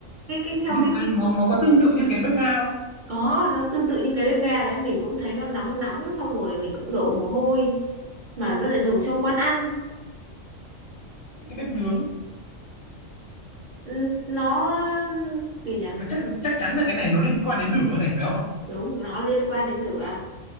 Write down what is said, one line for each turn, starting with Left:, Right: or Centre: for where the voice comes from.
Right: cái cái theo
Left: nhưng
Right: cái
Left: mà cái
Right: cái
Left: màu nó có tương tự như cái bếp ga không
Right: có nó tương tự như cái bếp ga đấy mình cũng thấy nó nóng nóng xong rồi mình cũng đổ mồ hôi mà nó lại dùng trong quán ăn
Left: cái bếp nướng
Right: Ừ, nó gì nhỉ
Left: nó chắc chắc chắn là cái này nó liên quan đến lửa này phải không
Right: đúng nó liên quan đến lửa